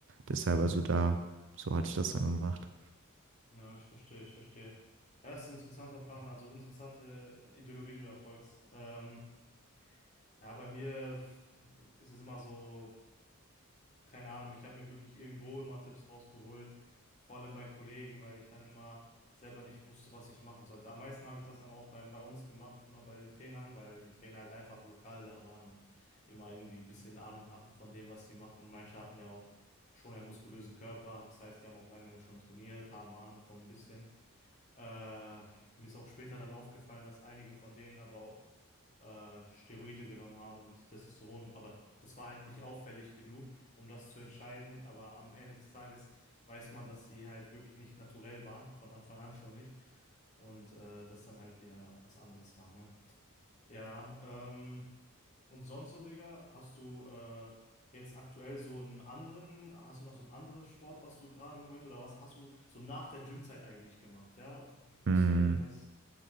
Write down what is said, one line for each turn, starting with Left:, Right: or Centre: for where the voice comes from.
Right: Deshalb also da, so hatte ich das dann gemacht.
Left: Ja, ich verstehe, ich verstehe. Ja, das ist ein interessanter Plan, also interessante Ideologie, die du da folgst. Ähm, ja, bei mir ist es immer so. keine Ahnung, ich habe mir wirklich irgendwo immer Tipps rausgeholt, vor allem bei Kollegen, weil ich dann immer selber nicht wusste, was ich machen sollte. Am meisten habe ich das dann auch bei, bei uns gemacht, immer bei den Trainern, weil die Trainer halt einfach lokal da waren und immer irgendwie ein bisschen Ahnung hatten von dem, was sie machen. Manche hatten ja auch schon einen muskulösen Körper, das heißt, die haben auch lange schon trainiert, haben Ahnung von ein bisschen. Äh, mir ist auch später dann aufgefallen, dass einige von denen aber auch äh, Steroide genommen haben und Testosteron. Aber das war halt nicht auffällig genug, um das zu entscheiden. Aber am Ende des Tages weiß man, dass sie halt wirklich nicht naturell waren, von Anfang an schon nicht. Und äh, das dann halt wieder was anderes war, ne? Ja, ähm, und sonst so, Digga, hast du äh, jetzt aktuell so einen anderen, hast du noch so ein anderes Sport, was du gerade im Moment, oder was hast du so nach der Gymzeit eigentlich gemacht? Ja,
Right: Mhm.
Left: ist da irgendwas